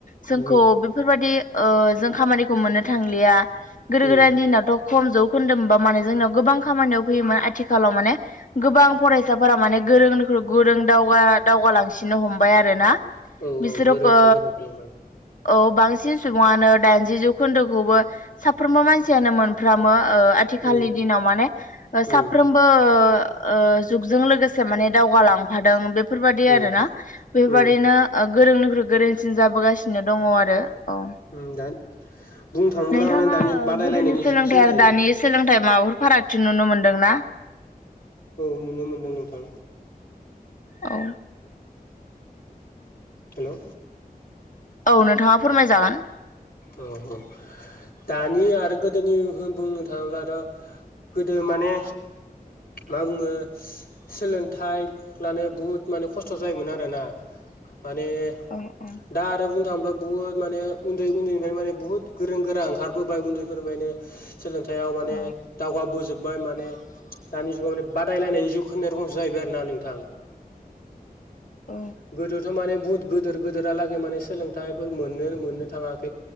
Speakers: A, on the left; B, on the left.
A: जोंखौ
B: उमहो
A: बेफोरबायदि ओ जों खामानिखौ मोननो थांलिया गोदो
B: उम
A: गोदाननि दिनावथ' खम जौखोन्दोंमबा माने जोंनाव गोबां खामानियाव फैयोमोन आथिखालाव माने गोबां फरायसाफोरा माने गोरोंनिख्रुइ गोरों दावगा दावगालांसिन नो हमबाय आरोना
B: औ
A: बिसोरो
B: औ गोरोंनि
A: ओ
B: सायाव गोरों थालांबाय
A: औ बांसिन सुबुङानो दाइनजि जौखोन्दोखौबो साफ्रोमबो मानसियानो मोन फ्रामो ओ आथिखालनि
B: उम
A: दिनाव माने साफ्रोमबो
B: उम
A: ओ जुगजों लोगोसे माने दावगालांफादों बेफोरबाददि
B: उम
A: आरो ना बेफोरबादि
B: उम
A: ओरैनो गोरोंनिफ्राय गोरोंसिन जाबोगासिनो दङ आरो औ
B: उम दा बुंनो थाङोब्ला
A: नोंथाङा
B: माने दानि
A: ओ
B: बादायलायनायनि
A: गोदोनि सोलोंथाइ
B: जुगसो होनजायो
A: आरो दानि सोलोंथाइ। माबाफोर फारागथि नुनो मोन्दोंना
B: औ नुनो मोनदों नोंथां
A: औ
B: हेलौ
A: औ नोंथाङा फोरमायजागोन
B: औ औ दानि आरो गोदोनि बुंनो थाङोब्लाथ' गोदो माने मा बुङो सोलोंथाइ लानो बुहुत माने खस्थ' जायोमोन आरोना माने
A: औ औ
B: दा आरो बुंनो थाङोब्ला बुहुद माने उन्दै उन्दै माने बहु गोरों गोरा ओंखारबोबाय उन्दैफोरनिफायनो सोलोंथाइयाव माने
A: औ
B: दावगाबोजोब बाय माने दानि जुगाव माने बादायलायनायनि जुग होननाय रखम जाहैबाय आरो ना नोंथां
A: औ
B: गोदोथ' माने बुहुत गिदोर गिदोरालागै माने सोलोंथाइफोर मोननो मोननो थाङा